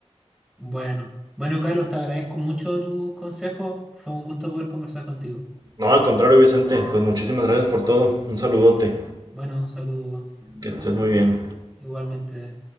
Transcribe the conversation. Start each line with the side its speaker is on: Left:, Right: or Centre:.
Centre: Bueno, bueno, Carlos, te agradezco mucho tus consejos. Fue un gusto poder conversar contigo.
Right: No, al contrario, Vicente, pues muchísimas gracias por todo. Un saludote.
Centre: Bueno, un saludo
Right: Que estés muy bien.
Centre: igualmente.